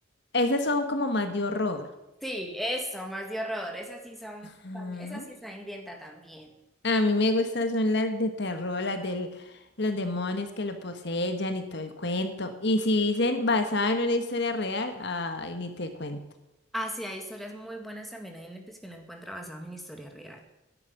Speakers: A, on the left; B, in the centre.
A: esas son como más de horror.
B: Sí, eso, más de horror. Esas sí son,
A: Ujú.
B: también- esa sí es sangrienta también.
A: A mí me gustan son las de terror, las de los demonios que lo poseyan y todo el cuento. Y si dicen basada en una historia real, ay, ni te cuento.
B: Ah, sí, hay historias muy buenas también hay Netflix que uno encuentra basados en historia real.